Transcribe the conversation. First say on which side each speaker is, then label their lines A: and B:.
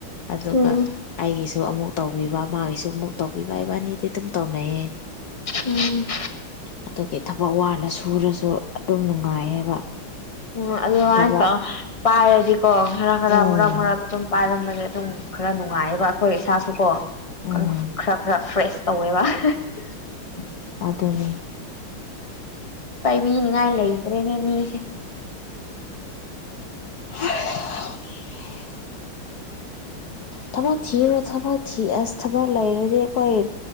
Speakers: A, on the left; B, on the left.
A: ꯑꯗꯨꯒ
B: ꯎꯝ
A: ꯑꯩꯒꯤꯁꯨ ꯗꯨ ꯑꯃꯨꯛ ꯇꯧꯕꯤꯕ ꯃꯥꯒꯤꯁꯨ ꯑꯃꯨꯛ ꯇꯧꯕꯤꯕ ꯏꯕꯥꯅꯤꯗꯤ ꯑꯗꯨꯝ ꯇꯧꯅꯩꯌꯦ
B: ꯎꯝ
A: ꯑꯗꯨꯒꯤ ꯊꯕꯛ ꯋꯥꯅ ꯁꯨꯔꯁꯨ ꯑꯗꯨꯝ ꯅꯨꯡꯉꯥꯏꯌꯦꯕ
B: ꯎꯝ ꯑꯗꯨꯃꯥꯏ
A: ꯊꯕꯛ
B: ꯇꯧ ꯄꯥꯏꯔꯗꯤꯀꯣ ꯈꯔ ꯈꯔ
A: ꯎꯝ
B: ꯃꯔꯛ ꯃꯔꯛꯇ ꯑꯗꯨꯝ ꯄꯥꯏꯔꯝꯕꯅ ꯑꯗꯨꯝ ꯈꯔ ꯅꯨꯡꯉꯥꯏꯑꯦꯕ ꯑꯩꯈꯣꯏ ꯏꯁꯥꯁꯨꯀꯣ
A: ꯎꯝ
B: ꯀꯪ ꯈꯔ ꯈꯔ ꯐ꯭ꯔꯦꯁ ꯇꯧꯋꯦꯕ <unintelligible>
A: ꯑꯗꯨꯅꯤ
B: ꯄꯥꯏꯕꯤꯅꯤꯉꯥꯏ ꯂꯩꯕ꯭ꯔꯦꯅꯦ ꯃꯤꯁꯦ
A: <unintelligible> ꯊꯕꯛ ꯊꯤꯔꯣ ꯊꯕꯛ ꯊꯤ ꯑꯁ ꯊꯕꯛ ꯂꯩꯔꯗꯤ ꯑꯩꯈꯣꯏ